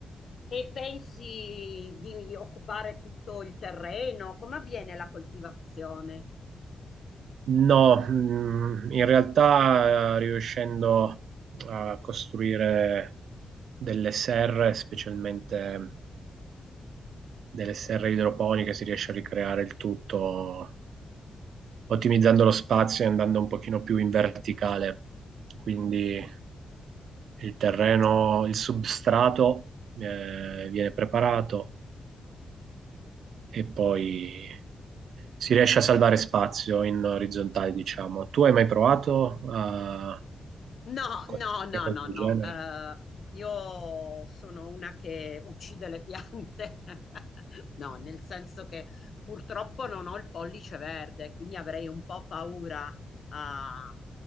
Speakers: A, on the left; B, on the right.
A: E pensi di occupare tutto il terreno? Come avviene la coltivazione?
B: No, mm, in realtà eh, riuscendo a costruire delle serre, specialmente delle serre idroponiche, si riesce a ricreare il tutto ottimizzando lo spazio e andando un pochino più in verticale. Quindi il terreno, il substrato eh, viene preparato e poi si riesce a salvare spazio in orizzontale, diciamo. Tu hai mai provato a
A: No,
B: fare
A: no, no,
B: qualcosa
A: no,
B: del
A: no.
B: genere?
A: Eh, io sono una che uccide le piante. <laughs> No, nel senso che purtroppo non ho il pollice verde, quindi avrei un po' paura a,